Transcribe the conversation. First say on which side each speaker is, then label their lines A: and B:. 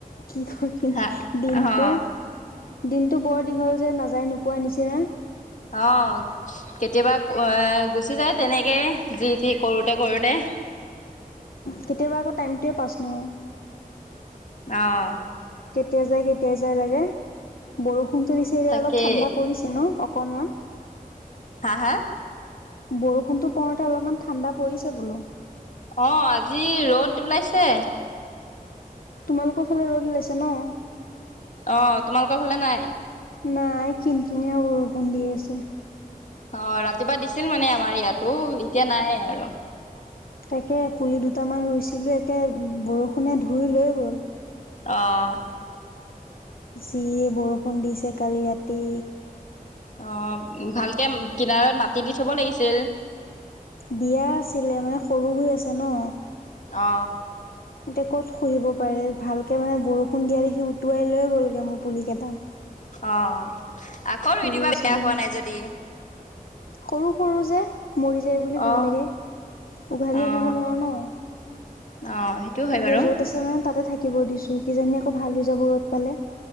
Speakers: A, on the left; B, on the left.
A: কি কৰিম
B: হা
A: দিনতটো
B: অ
A: দিনটো বৰ দীঘল যে নাযায় ন পোৱা নিছিনা
B: অ কেতিয়াবা এ গুচি যায় তেনেকে যি টি কৰোতে কৰোতে
A: কেতিয়াবা আকৌ টাইমটোৱে পাছ নহয়
B: আহ
A: কেতিয়া যাই কেতিয়াই যাই লাগে বৰষুণতো দিছে
B: তাকে
A: অলপ ঠাণ্ডা পৰিছে ন অকণ
B: হা হা
A: বৰষুণটো পৰুতে অলপমান ঠাণ্ডা পৰিছে বোলো
B: অ আজি ৰ'দ ওলাইছে
A: তোমালোকৰ ফালে ৰ'দ ওলাইছে ন
B: অ তোমালোকৰ ফালে নাই
A: নাই কিন কিনিয়া বৰষুণ দি আছে
B: অ ৰাতিপুৱা দিছিল মানে আমাৰ ইয়াতো এতিয়া নাই আৰু
A: তাকে পুলি দুটামান ৰুইছিলো একে বৰষুণে ধুই লৈ গ'ল
B: আহ্
A: যি বৰষুণ দিছে কালি ৰাতি
B: অ ভালকে কিনাৰত মাটি দি থব লাগিছিল
A: দিয়া আছিলে মানে সৰু হৈ আছে ন
B: অ
A: এয়া ক'ত শুহিব পাৰে ভালকে মানে বৰষুণ দিয়া দেখি উটুৱাই লৈ গ'লগে মোৰ পুলি কেইটা।
B: অ আকৌ ৰুই
A: ৰুইছিলোহে।
B: দিবা বেয়া হোৱা নাই যদি।
A: সৰু সৰু যে মৰি যায় বুলি ভয়
B: অ',
A: লাগে, উঘালি
B: অ',
A: আনিব নোৱাৰো ন।
B: অ', সেইটো হয়
A: এতিয়া
B: বাৰু
A: যত আছে মানে তাতে থাকিব দিছো কিজানিনি আকৌ ভাল হৈ যাব ৰদ পালে।